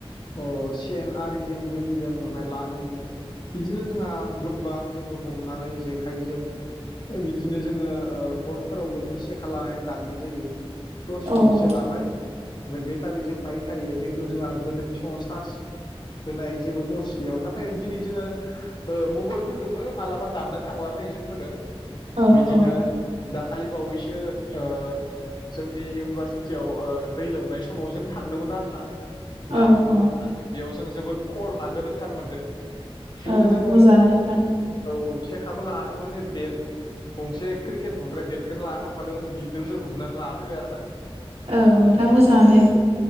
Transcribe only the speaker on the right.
अ औ
औ
औ
औ
औ
औ
मोजाङानो नोंथां
औ नोंथां मोजां आनो।